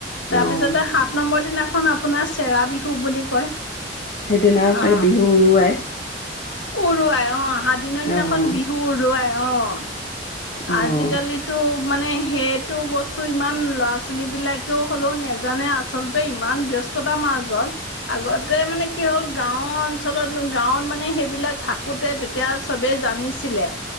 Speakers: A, on the left (about 80°); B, on the left (about 50°).
A: তাৰপিছতে
B: অ',
A: হাত নম্বৰ দিনা খন আপোনাৰ চেৰা বিহু বুলি কয়।
B: সেইদিনা
A: অ'
B: আৰু চাগে বিহু- উৰুৱাই
A: উৰুৱাই অ দিনৰ দিনাখন
B: অ',
A: বিহু উৰুোৱাই। অ'।
B: অ',
A: আজিকালিতো- মানে সেইটো বস্তু ইমান ল'ৰা ছোৱালীবিলাকেও হ'লেও নেজানে, আচলতে ইমান ব্যস্ততাৰ মাজত আগতে মানে কি হ'ল গাঁৱত অঞ্চলত, গাঁৱত মানে সেইবিলাক থাকোঁতে তেতিয়া চবেই জানিছিলে।